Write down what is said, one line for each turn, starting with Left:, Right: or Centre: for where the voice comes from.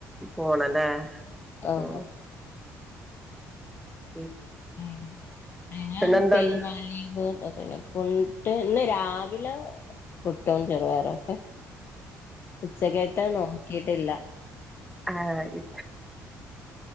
Centre: പോണല്ലേ
Left: ഓഹ്
Centre: ആഹ് ഉം
Left: അയ്ന് അയ്ന്
Centre: എന്താന്ന്
Left: പെരുന്നാൾ ലീവ് <unintelligible> ഇന്ന് രാവിലെ പുട്ടും ചെറുപയറും ഉച്ചക്കത്തെ നോക്കി ട്ടില്ല
Centre: ആഹ് ഇ